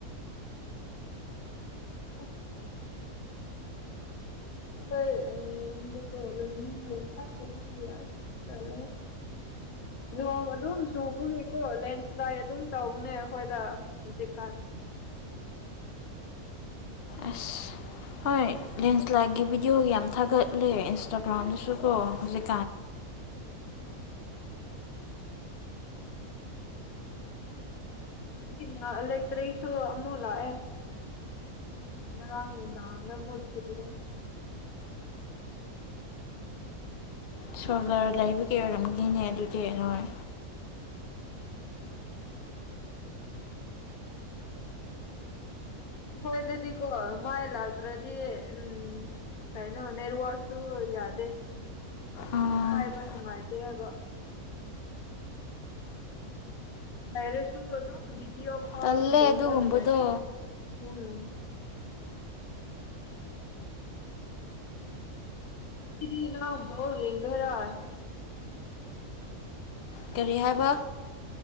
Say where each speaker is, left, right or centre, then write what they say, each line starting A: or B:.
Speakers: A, on the left; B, on the left.
A: <inaudible> ꯑꯁ <unintelligible> ꯑꯗꯨꯒ ꯂꯝꯕꯤ ꯌꯝ ꯐꯠꯇꯕꯒꯤ ꯑꯁ ꯇꯜꯂꯦ ꯅꯣꯡ ꯑꯗꯨꯝ ꯆꯨꯕꯒꯤ ꯑꯣ ꯂꯦꯟ ꯁ꯭ꯂꯥꯠ ꯑꯗꯨꯝ ꯇꯧꯕꯅꯦ ꯑꯩꯈꯣꯏꯗ ꯍꯧꯖꯤꯛꯀꯥꯟ <inaudible>
B: ꯑꯁ ꯍꯣꯏ ꯂꯦꯟꯁ꯭ꯂꯥꯠꯀꯤ ꯚꯤꯗꯤꯌꯣ ꯌꯥꯝ ꯊꯥꯒꯠꯂꯦ ꯏꯟꯁꯇꯥꯒ꯭ꯔꯥꯝꯗꯁꯨ ꯀꯣ ꯍꯧꯖꯤꯛ
A: ꯎꯝ <unintelligible> ꯂꯩꯇ꯭ꯔꯦ ꯑꯩꯁꯨ ꯑꯃꯨꯛ ꯂꯥꯛꯑꯦ ꯉꯔꯥꯡ ꯅꯨꯡꯗꯥꯡꯗ ꯃꯠꯈꯤꯕꯗꯣ
B: ꯁꯣꯜꯚꯔ ꯂꯩꯕꯒꯤ ꯑꯣꯏꯔꯝꯅꯤꯅꯦ ꯑꯗꯨꯗꯤ ꯅꯣꯏ
A: <inaudible> ꯃꯈꯣꯏꯗꯗꯤꯀꯣ ꯃꯥꯏ ꯂꯥꯛꯇ꯭ꯔꯗꯤ ꯎꯝ ꯀꯩꯅꯣ ꯅꯦꯠꯋꯥꯛꯁꯨ ꯌꯥꯗꯦ
B: ꯑꯣ
A: ꯄꯥꯏꯕ ꯅꯨꯡꯉꯥꯏꯇꯦ ꯍꯥꯏꯕ ꯃꯔꯤꯁꯁꯨ ꯑꯗꯨꯝ ꯚꯤꯗꯤꯌꯣꯐꯥꯎ
B: ꯇꯜꯂꯦ
A: ꯌꯦꯡꯕ
B: ꯑꯗꯨꯒꯨꯝꯕꯗꯣ
A: ꯅꯨꯡꯉꯥꯏꯇꯦ ꯎꯝ ꯉꯁꯤꯗꯤ ꯅꯪ ꯕꯣꯜ ꯌꯦꯡꯗꯣꯏꯔꯣ
B: ꯀꯔꯤ ꯍꯥꯏꯕ